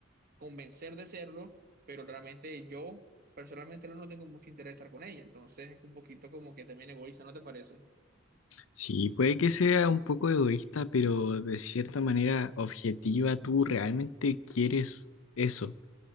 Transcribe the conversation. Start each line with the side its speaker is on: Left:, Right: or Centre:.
Right: convencer de serlo, pero realmente yo personalmente no no tengo mucho interés de estar con ella. Entonces es un poquito como que también egoísta, ¿no te parece?
Left: sí, puede que sea un poco egoísta, pero de cierta manera objetiva, tú realmente quieres eso.